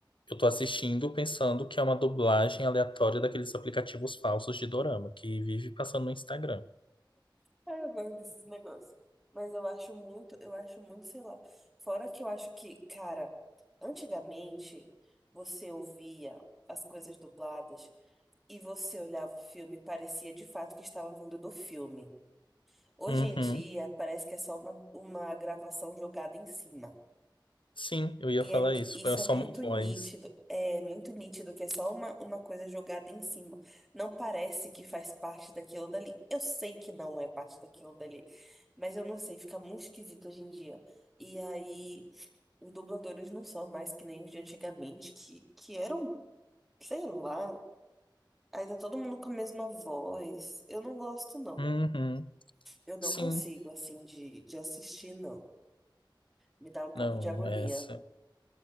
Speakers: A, on the left; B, in the centre.
A: eu tô assistindo pensando que é uma dublagem aleatória daqueles aplicativos falsos de dorama, que vive passando no Instagram.
B: Ai, eu gosto desses negócios. Mas eu acho muito, eu acho muito, sei lá. Fora que eu acho que, cara, antigamente você ouvia as coisas dubladas e você olhava o filme, e parecia de fato que estava vindo do filme. Hoje
A: Uhum.
B: em dia, parece que é só uma, uma gravação jogada em cima.
A: Sim, eu ia
B: E
A: falar
B: é ni-
A: isso.
B: isso
A: É só
B: é muito
A: uma voz.
B: nítido, é muito nítido que é só uma, uma coisa jogada em cima. Não parece que faz parte daquilo dali. Eu sei que não é parte daquilo dali, mas eu não sei, fica muito esquisito hoje em dia. E aí, os dubladores não são mais que nem os de antigamente, que, que eram, sei lá, ainda todo mundo com a mesma voz. Eu não gosto, não.
A: Uhum.
B: Eu não
A: Sim.
B: consigo, assim, de, de assistir, não. Me dá um pouco
A: Não,
B: de agonia.
A: essa